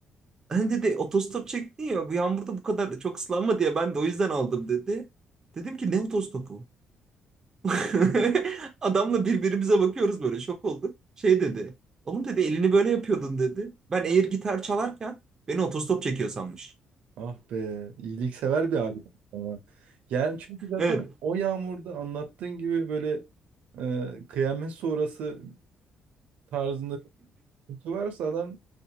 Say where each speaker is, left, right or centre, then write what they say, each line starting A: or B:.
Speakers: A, on the right; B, on the right.
A: Hani dedi otostop çektin ya bu yağmurda bu kadar çok ıslanma diye ben de o yüzden aldım dedi. Dedim ki ne otostopu? <laughs> Adamla birbirimize bakıyoruz böyle şok olduk. Şey dedi. Oğlum dedi elini böyle yapıyordun dedi. Ben eğer gitar çalarken beni otostop çekiyor sanmış.
B: Ah be. iyiliksever bir abi ama. Yani çünkü zaten
A: Evet.
B: o yağmurda anlattığın gibi böyle e, kıyamet sonrası tarzında bir kutu varsa adam